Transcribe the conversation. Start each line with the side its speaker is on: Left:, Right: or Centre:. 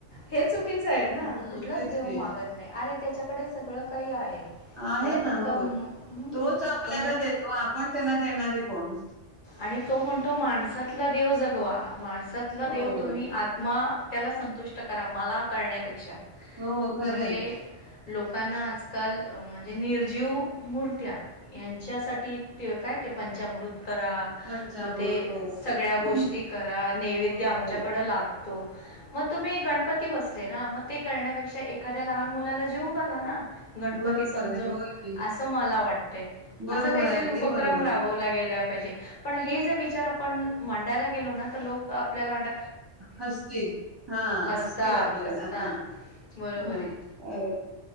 Left: हे चुकीचं आहे ना,
Right: हं,
Left: कुठलाचं
Right: तेच
Left: देव
Right: की
Left: मागत नाही अरे! त्याच्याकडे सगळं काही आहे.
Right: आहे
Left: त्याला
Right: ना
Left: फक्त
Right: होय,
Left: म हं,
Right: तोच आपल्याला
Left: तो म
Right: देतो आपण त्याला देणारे कोण?
Left: आणि तो म्हणतो, माणसातला देव जगवा माणसातला
Right: होय.
Left: देव तुम्ही आत्मा त्याला संतुष्ट करा, मला करण्यापेक्षा
Right: हो, खरयं.
Left: म्हणजे लोकांना आजकाल म्हणजे निर्जीव मूर्त्या ह्यांच्यासाठी ते काय पंचामृत करा
Right: पंचामृत
Left: मग ते
Right: हो.
Left: सगळ्या गोष्टी
Right: हं.
Left: करा, नैवेद्य
Right: हो,
Left: आमच्याकडं
Right: हो.
Left: लागतो. मग तुम्ही गणपती बसले ना, मग ते करण्यापेक्षा एखाद्या लहान मुलाला जेवू घाला ना. गणपती
Right: बरोबर
Left: समजून
Right: आहे. होय की.
Left: असं मला वाटतय,
Right: बरोबर
Left: असं काहीतरी
Right: आहे, अगदी
Left: उपक्रम
Right: बरोबर
Left: राबवला
Right: आहे.
Left: गेला पाहिजे पण हे जर विचार आपण मांडायला गेलो ना, तर लोक आपल्याला वाट
Right: हसतील हा
Left: हसतात
Right: हसतील आपल्याला
Left: हसतात
Right: हा.
Left: बरोबर
Right: हम,
Left: आहे
Right: बरोबर.